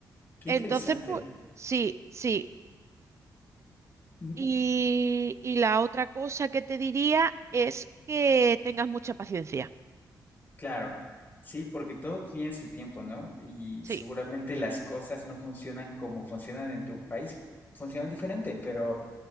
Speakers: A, on the left; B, on the right.
A: Qué
B: Entonces,
A: interesante.
B: pues... Sí, sí,
A: Mm,
B: Y,
A: mm,
B: y la otra cosa que te diría es que tengas mucha paciencia.
A: claro. Sí, porque todo tiene su tiempo, ¿no? Y
B: Sí,
A: seguramente las cosas no funcionan como funcionan en tu país, funcionan diferente, pero